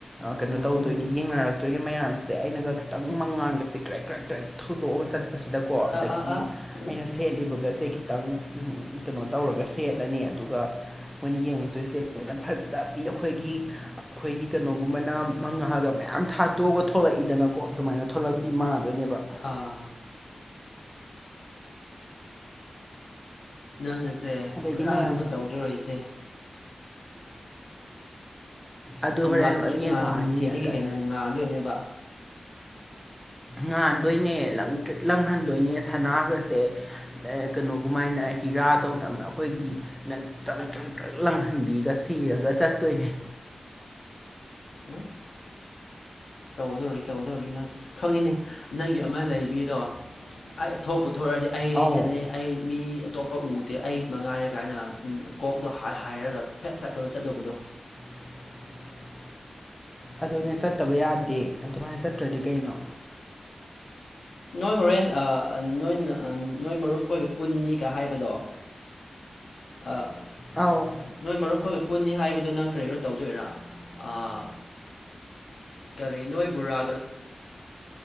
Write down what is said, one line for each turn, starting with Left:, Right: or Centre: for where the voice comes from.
Centre: ꯀꯩꯅꯣ
Left: ꯎꯝ
Centre: ꯇꯧꯗꯣꯏꯅꯤ
Left: ꯎꯝ ꯎꯝ
Centre: ꯌꯦꯡꯅꯔꯛꯇ ꯑꯗꯨꯒꯤ ꯃꯌꯥꯝꯁꯦ ꯑꯩꯅꯒ ꯈꯤꯇꯪ ꯃꯉꯥꯟꯒꯁꯦ ꯀ꯭ꯔꯦꯛ ꯀ꯭ꯔꯦꯛ ꯀ꯭ꯔꯦꯛ ꯊꯧꯗꯣꯛꯑꯒ ꯆꯠꯄꯁꯤꯗꯀꯣ ꯑꯗꯒꯤ
Left: ꯑꯥ ꯑꯥ
Centre: ꯑꯩꯅ
Left: ꯑꯥ ꯑꯁ
Centre: ꯁꯦꯠꯂꯤꯕꯒꯁꯦ ꯈꯤꯇꯪ ꯀꯩꯅꯣ ꯇꯧꯔꯒ ꯁꯦꯠꯂꯅꯤ ꯑꯗꯨꯒ ꯃꯣꯏꯅ ꯌꯦꯡꯉꯛꯇꯣꯏꯁꯦ ꯃꯁꯛ ꯐꯖꯕꯤ ꯑꯩꯈꯣꯏꯒꯤ ꯑꯩꯈꯣꯏꯒꯤ ꯀꯩꯅꯣꯒꯨꯝꯕꯅ ꯃꯪꯉꯥꯜꯒ ꯃꯌꯥꯝ ꯌꯥꯝ ꯊꯥꯗꯣꯛꯑꯒ ꯊꯂꯛꯏꯗꯅꯀꯣ ꯑꯗꯨꯃꯥꯏꯅ ꯊꯣꯛꯂꯛꯄꯤ ꯃꯥꯟꯗꯣꯏꯅꯦꯕ
Left: ꯑꯥ ꯅꯪꯅꯁꯦ
Centre: ꯑꯗꯩꯗꯤ
Left: ꯄꯨꯔꯥꯅꯦꯅꯕ
Centre: ꯃꯌꯥꯝꯁꯦ
Left: ꯇꯧꯗꫭꯔꯤꯏꯁꯦ
Centre: ꯑꯗꯨ ꯍꯣꯔꯦꯟ
Left: ꯉꯥꯟꯇ꯭ꯔꯤꯛ
Centre: ꯂꯣꯏ ꯌꯦꯡꯉꯛꯑꯅꯤ
Left: ꯉꯥꯟꯅ ꯃꯤꯡꯁꯦꯟꯗꯒꯤ
Centre: ꯑꯗꯒꯤ
Left: ꯍꯦꯟꯅ ꯉꯥꯟꯗꯣꯏꯅꯦꯕ
Centre: ꯉꯥꯟꯗꯣꯏꯅꯦ ꯂꯪꯇ꯭ꯔꯤꯛ ꯂꯪꯍꯟꯗꯣꯏꯅꯦ ꯁꯅꯥꯒꯁꯦ ꯑꯥ ꯀꯩꯅꯣꯒꯨꯃꯥꯏꯅ ꯍꯤꯔꯥꯗꯧꯅ ꯑꯩꯈꯣꯏꯒꯤ ꯅ ꯇ꯭ꯔꯛ ꯇ꯭ꯔꯛ ꯇ꯭ꯔꯛ ꯂꯪꯍꯟꯕꯤꯒ ꯁꯤꯔꯒ ꯆꯠꯇꯣꯏꯅꯦ <inaudible>
Left: ꯑꯁ ꯇꯧꯗꯣꯔꯤ ꯇꯧꯗꯣꯔꯤ ꯅꯪ ꯈꯪꯉꯤꯅꯦ ꯅꯪꯒꯤ ꯑꯃ ꯂꯩꯕꯤꯗꯣ ꯑꯩ ꯊꯣꯛ ꯄꯨꯊꯣꯔꯛ ꯑꯗꯤ ꯑꯩꯗꯅꯦ
Centre: ꯑꯧ
Left: ꯑꯩ ꯃꯤ ꯑꯇꯣꯞꯄ ꯎꯗꯦ ꯑꯩ ꯃꯉꯥꯏꯔꯦ ꯀꯥꯏꯅ ꯀꯣꯛꯗꯣ ꯍꯥꯏꯔꯒ ꯐꯦꯠ ꯐꯦꯠ ꯇꯧꯔ ꯆꯠꯇꯧꯕꯗꯣ
Centre: <inaudible> ꯑꯗꯨꯅꯦ ꯆꯠꯇꯕ ꯌꯥꯗꯦ ꯑꯗꯨꯃꯥꯏꯅ ꯆꯠꯇ꯭ꯔꯗꯤ ꯀꯩꯅꯣ
Left: ꯅꯣꯏ ꯍꯣꯔꯦꯟ ꯑꯥ ꯅꯣꯏ ꯅ ꯅꯣꯏ ꯃꯔꯨꯞꯈꯣꯏꯒ ꯄꯨꯟꯅꯤꯒ ꯍꯥꯏꯕꯗꯣ ꯑꯥ
Centre: ꯑꯧ
Left: ꯅꯣꯏ ꯃꯔꯨꯞꯈꯣꯏꯒ ꯄꯨꯟꯅꯤ ꯍꯥꯏꯕꯗ ꯅꯪ ꯀꯔꯤꯔꯣ ꯇꯧꯗꯣꯏꯔꯥ ꯑꯥ ꯀꯔꯤ ꯅꯣꯏ ꯕꯨꯔꯥꯒ